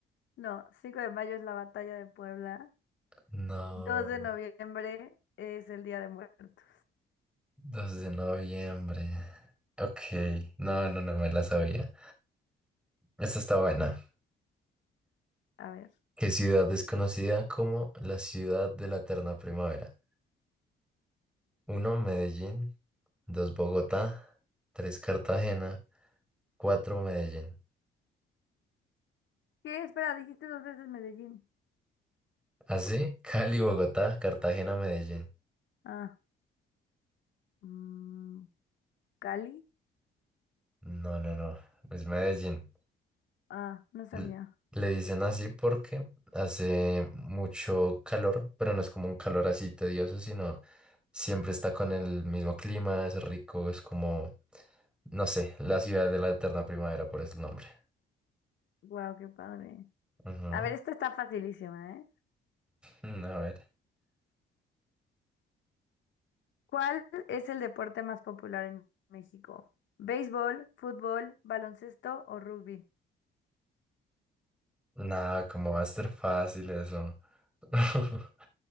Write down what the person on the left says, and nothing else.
no, cinco de mayo es la batalla de Puebla.
2 de noviembre es el Día de Muertos.
A ver.
¿Qué? Espera, dijiste dos veces Medellín.
Ah, mm, Cali.
Ah, no sabía.
Wow, qué padre.
A ver, esta está facilísima, ¿eh?
¿Cuál es el deporte más popular en México? ¿Béisbol, fútbol, baloncesto o rugby?